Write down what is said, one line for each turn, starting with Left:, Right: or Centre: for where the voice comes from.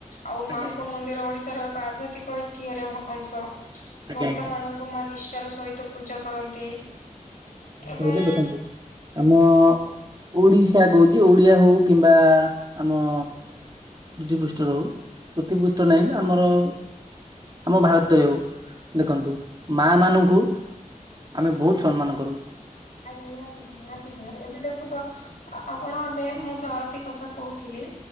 Left: ଆଉ
Right: ଆଜ୍ଞା
Left: ମାଆଙ୍କ
Right: ଆଜ୍ଞା।
Left: ମନ୍ଦିର ଓଡିଶାର ଏକ ଆଧ୍ୟତିିକ୍ ଐତିହ୍ୟରେ ଅଂଶ।
Right: ଆଜ୍ଞା
Left: ଭକ୍ତ
Right: ଆଜ୍ଞା
Left: ମାନଙ୍କୁ ମାଆ ନିଷ୍ଠାର ସହିତ ପୂଜା କରନ୍ତି। ଏବଂ
Right: ପହିଲେ ଦେଖନ୍ତୁ। ଆମ ଓଡିଶା କୋହୁଚି ଓଡିଆ ହୋଉ କିମ୍ବା ଆମ ପୃଥିବି ପୃଷ୍ଠରୁ ହୋଉ ପୃଥିବି ପୃଷ୍ଠରେ ନାହିଁ ତ ଆମର ଆମ ଭାରତରେ ହୋଉ ଦେଖନ୍ତୁ ମା ମାନଙ୍କୁ ଆମେ ବୋହୁତ ସମ୍ମାନ କରୁ।
Left: ଆ ନିହାତି ନିହାତି ଗାଁରେ ଏବେ ଦେଖୁନ୍ତ ଆପଣ ଏବେ ମୁଁ ଯୋଉ ଆଳତି କଥା କୋହୁଥିଲି।